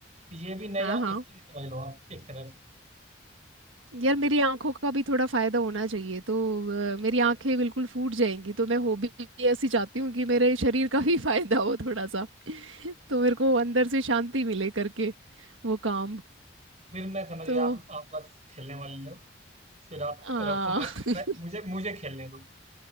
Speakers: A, on the right; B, on the right.
A: ये भी नया
B: हाँ हाँ
A: स्किल समझ लो आप एक तरह से
B: यार मेरी आंखों का भी थोड़ा फायदा होना चाहिए तो अ, मेरी आंखें बिल्कुल फूट जाएंगी तो मैं हॉबी ऐसी चाहती हूँ कि मेरे शरीर का भी <laughs> फायदा हो थोड़ा सा <laughs> तो मेरे को अंदर से शांति मिले करके वो काम
A: <laughs> फिर मैं समझ गया
B: तो
A: आप आप बस खेलने वाले हो फिर आप
B: आ,
A: रखो मैं
B: <laughs>
A: मैं मुझे मुझे खेलने दो